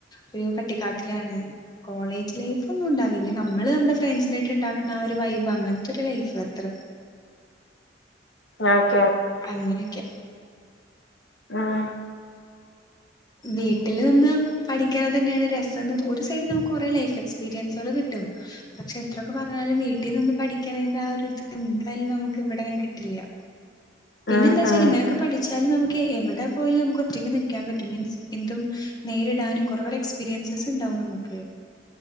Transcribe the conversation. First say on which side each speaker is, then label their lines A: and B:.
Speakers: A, on the left; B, on the left.
A: ഒര് പട്ടിക്കാട്ടിലാണ് കോളേജ്‌ലൈഫൊന്നും ണ്ടാവില്ല നമ്മള് ഇവടെ ഫ്രണ്ട്സിനെറ്റ് ഉണ്ടാക്ക്ണ ആ ഒരു വൈബ് അങ്ങൻത്തെ ഒരു ലൈഫ് അത്ര.......
B: ആഹ.....
A: അങ്ങനെയൊക്കെ
B: ആഹ.
A: വീട്ടിൽ നിന്ന് പഠിക്കണത് തന്നെയാണ് രസം ഒരു സൈഡിൽ നമുക്ക് കുറെേ ലൈഫ് എക്സ്പീരിയൻസുകൾ കിട്ടും.... പക്ഷെ എത്രയൊക്കെ പറഞ്ഞാലും വീട്ടിൽ നിന്നന്ന് പഠിക്കണതിന്റെ ആ ഒരു ഇത്എന്തായാലും നമുക്ക് ഇവടങ്ങനെ കിട്ടില്ല പിന്നെ
B: ഉം
A: എന്താ വച്ചാല്
B: ഉം
A: ഇങ്ങനെ ഒക്കെ പഠിച്ചാല് നമുക് എവിടെ പോയലും നമുക്ക് ഒറ്റക്ക് നിക്കാൻ പ മീൻസ് എന്തും നേരിടാനും കൊറെ കൊറെ എക്സ്പീരിയൻസ് ഉണ്ടാകും നമുക്ക്